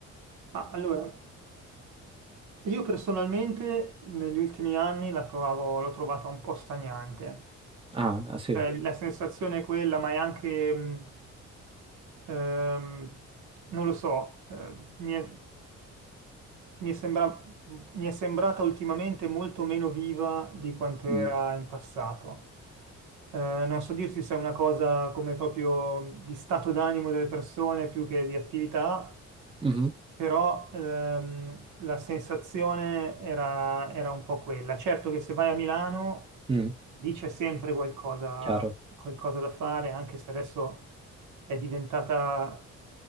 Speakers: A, on the right; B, on the right.
A: Ma allora, io personalmente negli ultimi anni la trovavo, l'ho trovata un po' stagnante.
B: Ah, ah, sì,
A: Eh, la sensazione è quella, ma è anche, mh, ehm, non lo so, eh, mi è- Mi sembra, mi è sembrata ultimamente molto meno viva di quanto era
B: Mm.
A: in passato. Eh, non so dirti se è una cosa come proprio di stato d'animo delle persone più che di attività,
B: Mhm.
A: però ehm, la sensazione era, era un po' quella. Certo che se vai a Milano,
B: Mm,
A: lì c'è sempre qualcosa,
B: chiaro.
A: qualcosa da fare, anche se adesso è diventata,